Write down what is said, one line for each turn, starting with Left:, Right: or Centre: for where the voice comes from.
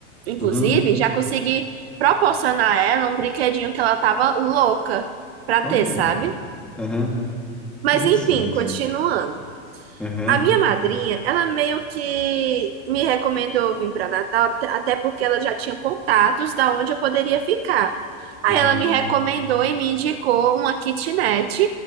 Right: inclusive,
Centre: Uhum.
Right: já consegui proporcionar a ela um brinquedinho que ela tava louca para
Centre: Olha.
Right: ter, sabe?
Centre: Uhum.
Right: Mas
Centre: Interessante.
Right: enfim, continuando.
Centre: Uhum.
Right: A minha madrinha, ela meio que me recomendou vir para Natal, t- até porque ela já tinha contatos da onde eu poderia ficar. Aí
Centre: Ah,
Right: ela me recomendou e me indicou uma kitnet,